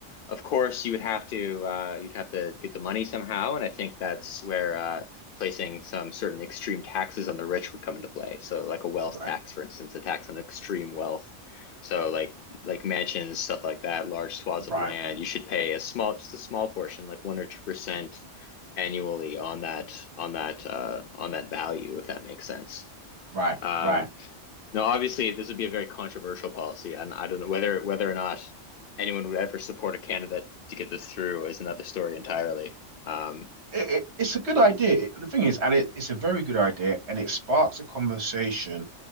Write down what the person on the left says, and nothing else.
of course you would have to uh, you'd have to get the money somehow, and I think that's where uh, placing some certain extreme taxes on the rich would come into play. So like a wealth
tax, for instance, a tax on extreme wealth. So like like mansions, stuff like that, large swaths of
land, you should pay a small, just a small portion, like one or two percent annually on that on that uh, on that value, if that makes sense.
Um,
no, obviously this would be a very controversial policy, and I don't know whether whether or not anyone would ever support a candidate to get this through is another story entirely. Um,